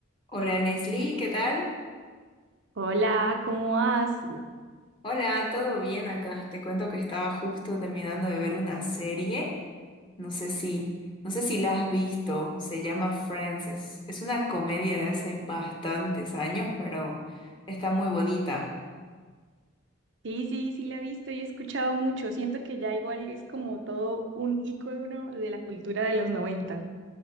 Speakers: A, on the left (about 25°); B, on the right (about 60°).
A: Hola Leslie, ¿qué tal?
B: Hola, ¿cómo vas?
A: Hola, ¿todo bien acá? Te cuento que estaba justo terminando de ver una serie. No sé si, no sé si la has visto. Se llama Friends. Es, es una comedia de hace bastantes años, pero está muy bonita.
B: Sí, sí, sí la he visto y he escuchado mucho. Siento que ya igual es como todo un ícono de la cultura de los 90.